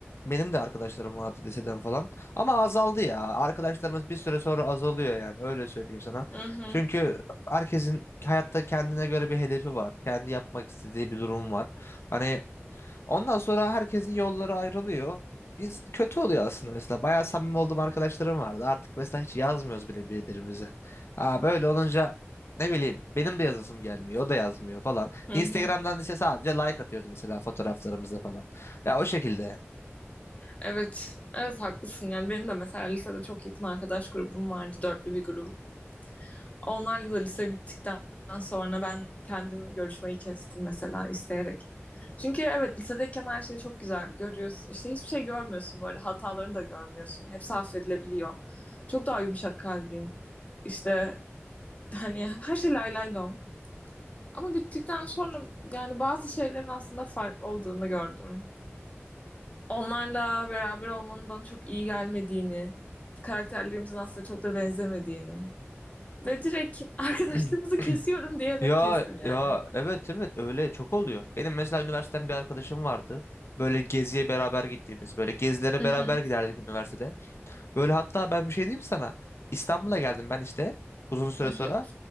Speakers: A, on the left; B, on the left.
A: benim de arkadaşlarım vardı liseden falan. Ama azaldı ya. Arkadaşlarımız bir süre sonra azalıyor yani öyle söyleyeyim sana.
B: Hı hı.
A: Çünkü herkesin hayatta kendine göre bir hedefi var. Kendi yapmak istediği bir durum var. Hani Ondan sonra herkesin yolları ayrılıyor. Biz kötü oluyor aslında mesela. Bayağı samimi olduğum arkadaşlarım vardı. Artık mesela hiç yazmıyoruz bile birbirimize. Aa, böyle olunca ne bileyim benim de yazasım gelmiyor. O da yazmıyor falan.
B: Hı
A: Instagram'dan
B: hı.
A: işte sadece like atıyoruz mesela fotoğraflarımıza falan. Ya o şekilde.
B: Evet. Evet haklısın. Yani benim de mesela lisede çok yakın arkadaş grubum vardı. Dörtlü bir grubum. Onlarla da lise bittikten sonra ben kendim görüşmeyi kestim mesela isteyerek. Çünkü evet lisedeyken her şeyi çok güzel görüyorsun. İşte hiçbir şey görmüyorsun bu arada. Hatalarını da görmüyorsun. Hepsi affedilebiliyor. Çok daha yumuşak kalbin. İşte Hani her şey lay lay lom. Ama bittikten sonra yani bazı şeylerin aslında farklı olduğunu gördüm. Onlarla beraber olmanın bana çok iyi gelmediğini, karakterlerimizin aslında çok da benzemediğini ve direkt <laughs> arkadaşlığımızı
A: <clears throat>
B: kesiyorum diyerek
A: Ya
B: kestim yani.
A: ya evet evet öyle çok oluyor. Benim mesela üniversiteden bir arkadaşım vardı. Böyle geziye beraber gittiğimiz, böyle gezilere
B: Hı
A: beraber
B: hı,
A: giderdik üniversitede. Böyle hatta ben bir şey diyeyim mi sana? İstanbul'a geldim ben işte uzun süre
B: hı hı,
A: sonra.